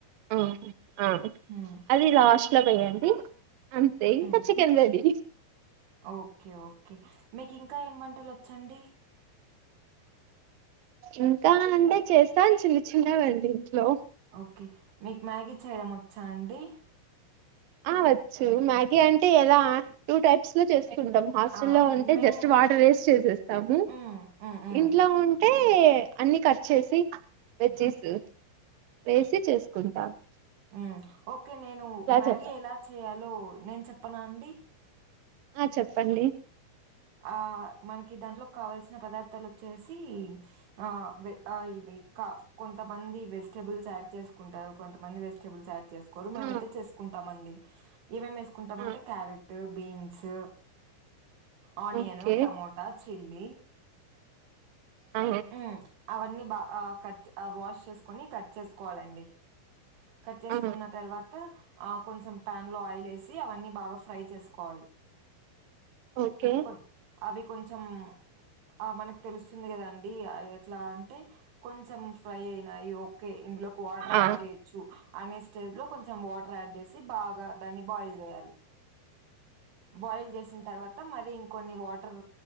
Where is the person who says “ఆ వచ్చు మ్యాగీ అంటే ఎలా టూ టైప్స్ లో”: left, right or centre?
Right